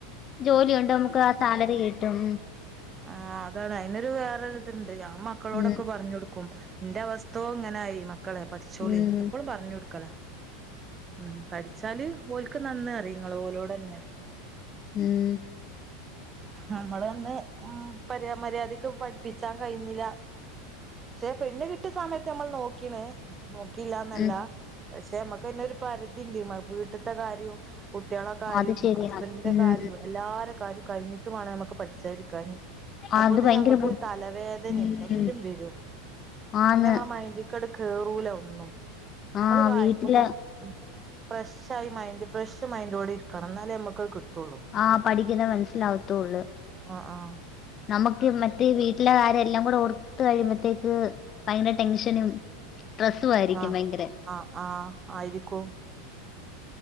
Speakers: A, on the left; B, on the right.
A: ജോലിയുണ്ട് നമുക്ക് ആഹ് സാലറി കിട്ടും
B: ആഹ് അതാണ് അയ്നൊരു വേറൊരു ഇതുണ്ട് ഞാൻ മക്കളോടൊക്കെ
A: ഉം
B: പറഞ്ഞ് കൊടുക്കും ന്റെ അവസ്ഥോ ഇങ്ങനായി മക്കളെ പഠിച്ചോളി
A: ഉം
B: എപ്പോളും പറഞ്ഞ് കൊടുക്കലാ ഉം പഠിച്ചാല് ഓല്ക്ക് നന്ന് അറിയും ങ്ങള് ഓലോടെന്നെ
A: ഉം
B: നമ്മളൊന്ന് ഉം പര്യാ മര്യാദക്ക് പഠിപ്പിച്ചാൻ കഴിഞ്ഞില്ല പക്ഷെ പെണ്ണ് കിട്ടിയ സമയത്ത് നമ്മൾ നോക്കീണ് നോക്കിയില്ലന്നല്ല
A: ഉം
B: പക്ഷേ നമ്മക്കയ്ന് ഒരു പരിതി ഉണ്ടിമ വീട്ടത്തെ കാര്യവും കുട്ടികളെ കാര്യവും
A: അത് ശരിയാ
B: ഹസ്ബൻഡിന്റെ
A: ഉം
B: കാര്യവും എല്ലാര കാര്യും കഴിഞ്ഞിട്ടുമാണ് നമ്മുക്ക് പഠിച്ചാൻ ഇരിക്കാൻ അപ്പോത്തിന്
A: അത് ഭയങ്കര
B: നമക്ക്
A: ബുദ്ധി
B: തലവേദനയും
A: ഉം
B: എല്ലാം വരും
A: ആന്ന്
B: പിന്നെ നമ്മ മൈൻഡ് ക്കട് കേറൂല ഒന്നും നമ്മള്
A: ആ
B: വായിക്കുമ്പോ
A: വീട്ടില്
B: ഫ്രഷ് ആയി മൈൻഡ് ഫ്രഷ് മൈൻഡോടെ ഇരിക്കണം എന്നാലേ നമുക്ക്ത് കിട്ടൂള്ളൂ
A: ആഹ് പഠിക്കുന്ന മനസ്സിലാവത്തോള്ളു
B: ആഹ് ആഹ്
A: നമുക്ക് മറ്റേ വീട്ടിലെ കാര്യ എല്ലാം കൂടെ ഓർത്ത കഴിയുമ്പോഴത്തേക്ക് ഭയങ്കര ടെൻഷനും സ്ട്രെസ്സും ആയിരിക്കും
B: ആഹ്
A: ഭയങ്കര
B: ആഹ് ആഹ് ആയിരിക്കും